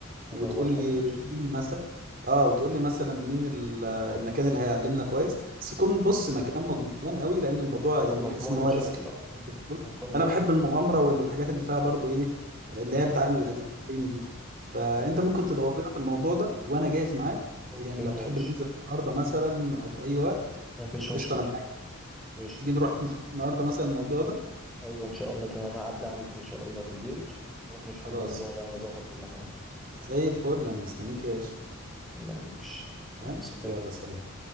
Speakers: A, on the right; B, in the centre.
A: وتقول
B: لك
A: لي
B: ماشي.
A: مين مثلا اه وتقول لي مثلا مين ال- آه، المكان اللي هيعلمنا كويس بس يكون بص مكان مضمون قوي لان الموضوع
B: هيكون
A: يعني تحس
B: مضمون
A: ان هو
B: إن
A: ريسك
B: شاء الله
A: شوية في الكورة.
B: هيكون
A: انا
B: مضمون
A: بحب المغامره والحاجات اللي فيها برضو ايه اللي
B: مم.
A: هي بتعلي الادرينالين دي فانت
B: لا.
A: ممكن تدور لنا في الموضوع ده وانا جاهز معاك
B: أوكي
A: يعني لو
B: ماشي
A: تحب ننزل النهارده مثلا او في اي وقت
B: مفيش
A: قشطه
B: مشكلة
A: انا معاك
B: قشطة
A: تيجي نروح نشوف
B: تمام.
A: النهارده مثلا الموضوع ده
B: أيوة إن شاء الله تمام هعدي عليك إن شاء الله بالليل نروح نشوف
A: خلاص
B: الموضوع ده ونظبط كل حاجة
A: زي الفل انا مستنيك يا باشا
B: تمام ماشي يلا،
A: تمام
B: سلام.
A: يلا سلام